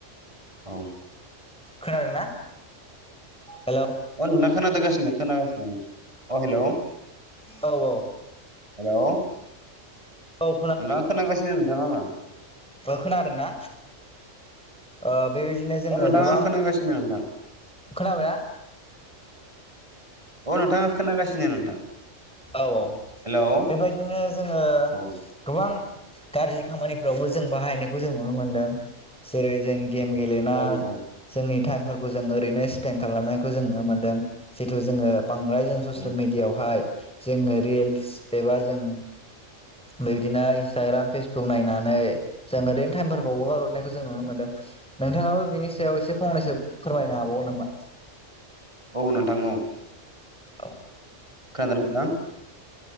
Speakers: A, on the right (about 25°); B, in the centre.
A: औ
B: खोनादों ना हेलौ
A: अ नोंथां खोनादो गासिनो खोनागासिनो अ हेल'
B: औ औ
A: हेलौ
B: औ
A: नोंथा खोनागासिनो नोंथां आङो
B: ओ खोनादों ना? ओ बेबायदिनो जोङो
A: औ अ नोंथां
B: गोबां
A: आं खोनागासिनो नोंथां
B: खोनाबायना?
A: औ नोंथां आं खोनागासिनो नोंथां।
B: औ औ
A: हेलौ औ
B: बेबायदिनो जोङो
A: औ
B: गोबां गाज्रि खामानिफ्रावबो जों बाहायनायखौ जों नुनो मोनदों जेरै जों गेम गेले ना
A: औ
B: जोंनि टाइमफोरखौ जों ओरैनो स्पेन्ड खालामनायखौ जों नुनो मोनदों जिथु जोङो बांद्राय जों ससियेल
A: औ
B: मिडियावहाय जोङो रिल्स एबा जों बेबादिनो इन्सटाग्राम फेसबुक नायनानै जों ओरैनो टाइमफोरखौ हगार हरनायखौ जों नुनो मोनदों। नोंथाङाबो बिनि सायाव एसे फंनैसो फोरमायनो हाबावगोन नामा?
A: औ नोंथां औ
B: औ
A: खोनादो ना नोंथां?